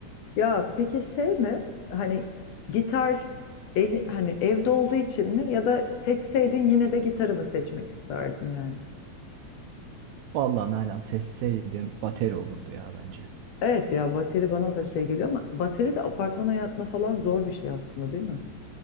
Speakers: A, on the left; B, on the right.
A: Ya peki şey mi? Hani gitar eli, hani evde olduğu için mi ya da seçseydin yine de gitarı mı seçmek isterdin yani?
B: Vallahi Nalan seçseydim bateri olurdu ya bence.
A: Evet ya bateri bana da şey geliyor ama bateri de apartman hayatına falan zor bir şey aslında değil mi?